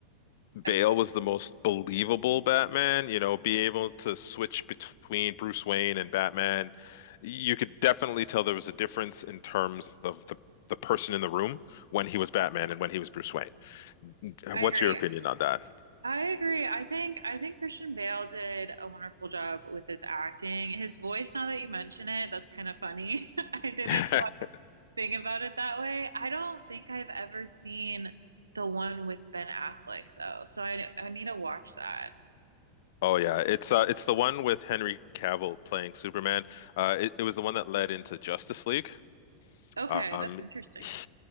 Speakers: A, on the left; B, on the right.
A: Bale
B: Okay,
A: was the most believable Batman, you know, be able to switch between Bruce Wayne and Batman. You could definitely tell there was a difference in terms of the the person in the room when he was Batman and when he was Bruce Wayne.
B: I
A: What's
B: agree.
A: your opinion on that?
B: I agree. I think I think Christian Bale did a wonderful job with his acting. His voice, now that you mention it, that's kind of funny. <laughs> I didn't
A: <laughs>
B: quite think about it that way. I don't think I've ever seen the one with Ben Affleck though, so I I need to watch that.
A: Oh yeah, it's uh, it's the one with Henry Cavill playing Superman. Uh, it, it was the one that led into Justice League.
B: Okay,
A: Um,
B: that's interesting.
A: he,